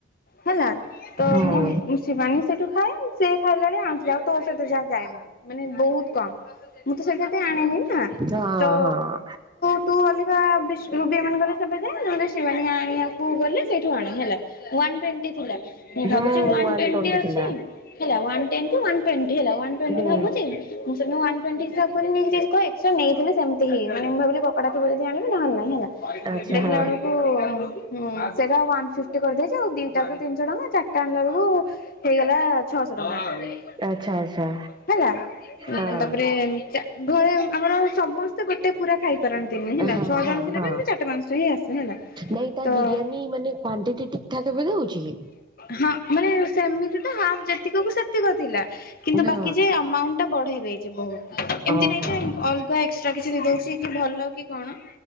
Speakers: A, on the left (about 45°); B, on the right (about 20°).
A: ହେଲା ତ
B: ହଁ
A: ମୁଁ ଶ ମାନ ସେଠୁ ଖାଏ ସେି ଖାଇଲା ବଳେ ଆଣିଥିଲେ ଆଉ ତୋ ସହିତ ଯାହା ଯାଏନି ମାନେ ବହୁତ କମ। ମୁଁ ତ ସେଇଠା ତ ଆଣିନି ନା
B: ହଁ
A: ତ
B: ହଁ ହଁ।
A: ତୁ ତୁ ଅଲିବା ରୁବି ଏମାନଙ୍କର ସେବେ ଯା ଶିବଣ ଆଣିବାକୁ। ଗଲେ ସେଇଠୁ ଆଣ ହେଲା ୱାନ ଟ୍ବେଣ୍ଟି ଥିଲା ମୁ
B: ହୁଁ
A: ଭାବୁଚି ୱାନ ଟ୍ବେଣ୍ଟି
B: ଟ୍ୱେଣ୍ଟି
A: ଅଛି।
B: ଥିଲା
A: ହେଲା ୱାନ ଟେନ୍ କି ୱାନ ଟେଣ୍ଟି ହେଲା ୱାନ ଟ୍ବେଣ୍ଟି
B: ହୁଁ
A: ଭାବୁଚି। ମୁଁ ସେ ୱାନ ଟ୍ବେଣ୍ଟି ହିସାବ ନେଇି ଏକ୍ସଟା ନେଇଥିଲି ସେମିତିି ମାନ ମୁ ଭାବି ପକଡାଥିବ ଯଦ ଆଣିବି ନହେଲୋଇଁ ହେଲା।
B: ଆଚ୍ଛା
A: ଦେଖିଲା
B: ହଁ।
A: ବେଳକୁ। ହୁଁ ସେଇଟ ୱାନ୍ ଫିଫ୍ଟି କରିଦେଇଛି ଆଉ ଦିଟା କୁ ତିନିଶହ ଟଙ୍କା ଚାରିଟା ଆଣିଲ ବେଳକୁ ହେଇଗଲା ଛଅଶହ ଟଙ୍କା।
B: ଆଚ୍ଛା ଆଚ୍ଛା।
A: ହେଲା।
B: ହଁ
A: ତାପରେ ଚା ଘରେ ଆମର ସମସ୍ତେ ଗୋଟେ ପୁରା ଖାଇପାରନ୍ତିନି ହେଲା
B: ହଁ
A: ଛଅ
B: ହଁ
A: ଜଣ ଥିଲେବି
B: ହଁ।
A: ଆମେ ଚାରିବା ପାଞ୍ଚଟା ହିଁ ଆସେ। ହେଲା।
B: ନାଇଁ ତା
A: ତ
B: ବିରିୟାନୀ ମାନେ କ୍ଵାଣ୍ଟିଟି ଠିକ୍ ଠାକ୍ ଏବେ ଦଉଛି।
A: ହଁ ମାନେ ସେମିତି ତ ହାଫ୍ ଯେତିକ କୁ ସେତିକ ଥିଲା। କିନ୍ତୁ
B: ନା
A: ବାକି ଯେ ଆମାଉଣ୍ଟ ଟା ବଢେଇ ଦେଇଚି ବହୁତ ଏମିତି
B: ଓହୋ
A: ନାଇଁ ଯେ ଅଲଗା ଏକ୍ସଟ୍ରା କିଛି ଦେଉଛି କି ଭଲ। କି କଣ